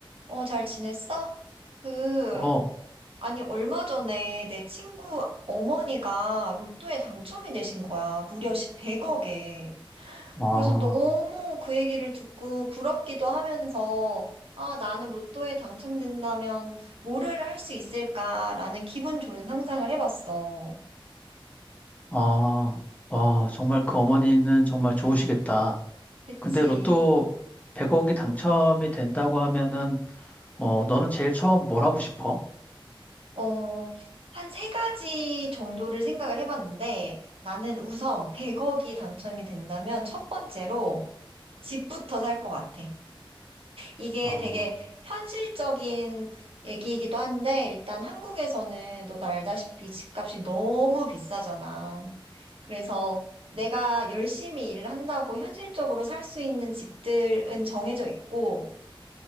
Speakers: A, on the right (about 80°); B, on the left (about 15°).
A: 어, 잘 지냈어? 그,
B: 어,
A: 아니, 얼마 전에 내 친구 어머니가 로또에 당첨이 되신 거야. 무려 100억에.
B: 아,
A: 그래서 너무 그 얘기를 듣고 부럽기도 하면서, 아, 나는 로또에 당첨된다면 뭐를 할 수 있을까라는 기분 좋은 상상을 해봤어.
B: 아, 와, 정말 그 어머니는 정말 좋으시겠다.
A: 그치.
B: 근데 로또 100억이 당첨이 된다고 하면은, 어, 너는 제일 처음 뭘 하고 싶어?
A: 어, 한 세 가지 정도를 생각을 해봤는데, 나는 우선 100억이 당첨이 된다면 첫 번째로, 집부터 살 것 같아. 이게
B: 아,
A: 되게 현실적인 얘기이기도 한데, 일단 한국에서는 너도 알다시피 집값이 너무 비싸잖아. 그래서 내가 열심히 일을 한다고 현실적으로 살 수 있는 집들은 정해져 있고,